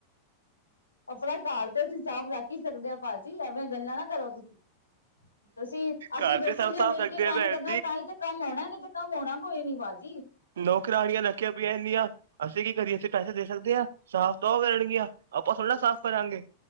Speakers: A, on the left (about 75°); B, on the right (about 60°).
A: ਆਪਣਾ ਘਰ ਤੇ ਅਸੀਂ ਸਾਫ਼ ਰੱਖ ਹੀ ਸਕਦੇ ਹਾਂ ਭਾਜੀ ਐਵੇਂ ਗੱਲਾਂ ਨਾ ਕਰੋ ਤੁਸੀਂ। ਤੁਸੀਂ ਅਸੀਂ
B: ਘਰ
A: ਦੋਸੀ
B: ਤੇ ਸਭ
A: ਜ
B: ਸਾਫ਼
A: ਮਿਲ
B: ਰੱਖਦੇ
A: ਕੇ ਕੰਮ
B: ਆ ਭੈਣ
A: ਕਰਨਾ ਤਾਂ ਹੀ ਤੇ ਕੰਮ ਹੋਣਾ ਨਹੀਂ ਤੇ ਕੰਮ ਹੋਣਾ। ਕੋਈ ਨੀ ਭਾਜੀ
B: ਨੌਕਰਾਨੀਆਂ ਰੱਖੀਆਂ ਪਈਆਂ ਇਨੀਆਂ। ਅਸੀਂ ਕੀ ਕਰੀਏ? ਅਸੀਂ ਪੈਸੇ ਦੇ ਸਕਦੇ ਹਾਂ, ਸਾਫ਼ ਤਾਂ ਔ ਕਰਨਗੀਆਂ, ਆਪਾਂ ਥੋੜ੍ਹੇ ਨਾ ਸਾਫ਼ ਕਰਾਂਗੇ।